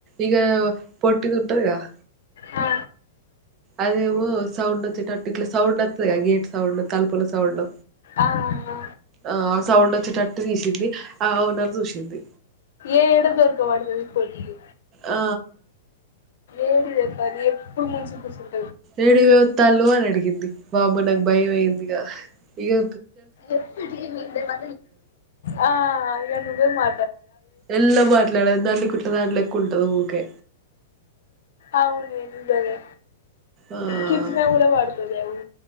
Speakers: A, on the right (about 30°); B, on the left (about 70°).
A: ఇగా పొట్టిది ఉంటది కదా
B: ఆ
A: అదేమో సౌండ్ వచ్చెటట్టు ఇట్లా సౌండ్ వత్తది. కదా గేట్ సౌండ్, తలుపుల సౌండ్
B: ఆ ఆహా
A: ఆ సౌండ్ వచ్చేటట్టు తీసింది. ఆ ఓనర్ చూసింది.
B: ఎడదొర్క పడాతది ఈ పొట్టిది.
A: ఆ
B: ఏడి చెప్పని ఎప్పుడు ముంచి కూర్చరు
A: ఏడివే ఉ తలు అని అడిగింది బాబా నాకు భయం అయిందిగా ఇగా
B: ఎప్పుటి నిే మ ఆ నువే మా
A: ఎల్ల మాట్లాడదు నల్లి కుట్ల దానీ లెక్క ఉంటా పట్ట ఊకె
B: అవునుదిజలే
A: ఆ
B: తిట్టిన కూడా వాడుతడి అది